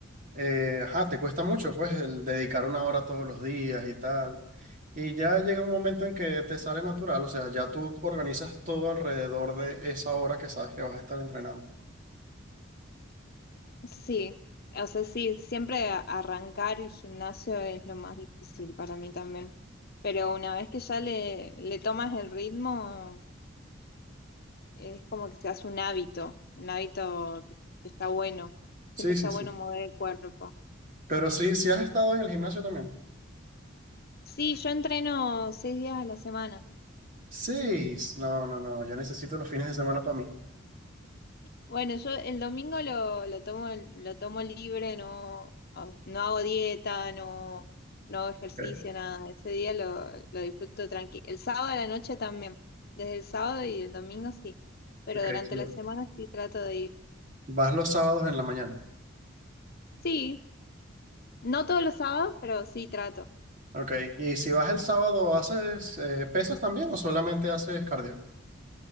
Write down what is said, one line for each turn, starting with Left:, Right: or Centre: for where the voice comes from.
Right: eh, ajá, te cuesta mucho, pues, el dedicar una hora todos los días y tal. Y ya llega un momento en que te sale natural, o sea, ya tú organizas todo alrededor de esa hora que sabes que vas a estar entrenando.
Left: Sí, o sea, sí, siempre a- arrancar el gimnasio es lo más difícil para mí también, pero una vez que ya le, le tomas el ritmo, es como que se hace un hábito, un hábito que, que está bueno,
Right: Sí,
Left: siempre
Right: sí,
Left: está
Right: sí.
Left: bueno mover el cuerpo.
Right: Pero sí, sí has estado en el gimnasio también.
Left: Sí, yo entreno seis días a la semana.
Right: Seis. No, no, no, yo necesito los fines de semana para mí.
Left: Bueno, yo el domingo lo, lo tomo, lo tomo libre, no, no no hago dieta, no, no hago ejercicio,
Right: Ok,
Left: nada. Ese día lo, lo disfruto tranquilo. El sábado a la noche también. Desde el sábado y el domingo sí. Pero
Right: ok,
Left: durante
Right: sí.
Left: la semana sí trato de ir.
Right: Vas los sábados en la mañana.
Left: Sí, no todos los sábados, pero sí trato.
Right: Ok, y si vas el sábado, ¿haces eh, pesas también o solamente haces cardio?